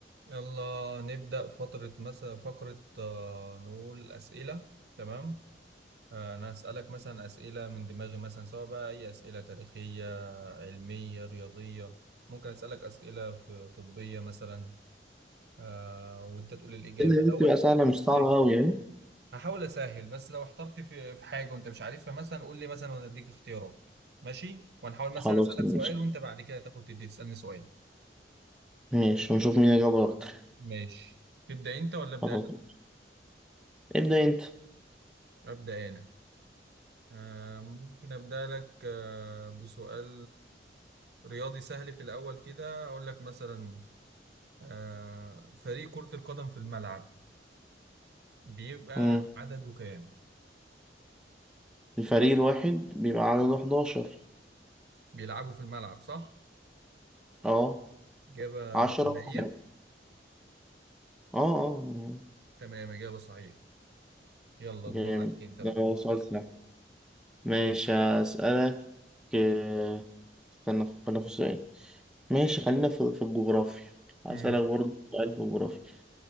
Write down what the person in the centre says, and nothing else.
بتبقى
سهلة مش
صعبة
أوي يعني
خلاص
ماشي
ماشي ونشوف مين اللي جاب أكتر
خلاص
ابدأ أنت
مم.
الفريق الواحد بيبقى عدده 11
أه
10
في حاجة أه أه
جامد
ده
سؤال سهل ماشي هسألك آه، استنى أفكر في سؤال ماشي خلينا في في الجغرافيا هسألك
برضه سؤال في الجغرافيا